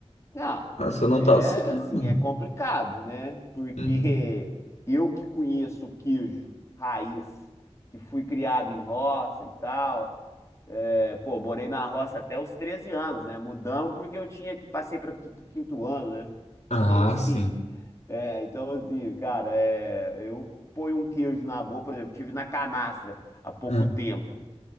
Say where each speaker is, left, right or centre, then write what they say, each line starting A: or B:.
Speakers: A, on the left; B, on the left.
A: Não,
B: Nossa, eu não
A: é
B: tava sabendo.
A: assim, é complicado, né? Porque
B: Hum.
A: eu que conheço o queijo raiz, que fui criado em roça e tal, é, pô, morei na roça até os 13 anos, né? Mudamos porque eu tinha que passei para o quinto ano, né? <laughs>
B: Ah,
A: Então assim,
B: sim.
A: é, então assim, cara, é, eu ponho um queijo na boca, por exemplo, tive na canastra há pouco
B: Ah.
A: tempo.